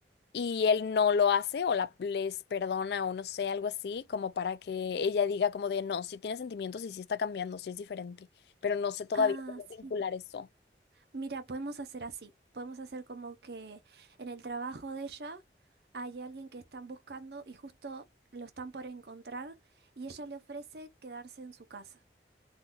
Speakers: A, on the left; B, on the right.
A: y él no lo hace o la, les perdona o no sé, algo así, como para que ella diga como de no, si tiene sentimientos y si está cambiando, si es diferente, pero no sé todavía
B: Ah,
A: cómo
B: sí.
A: vincular eso.
B: Mira, podemos hacer así. Podemos hacer como que en el trabajo de ella hay alguien que están buscando y justo lo están por encontrar y ella le ofrece quedarse en su casa.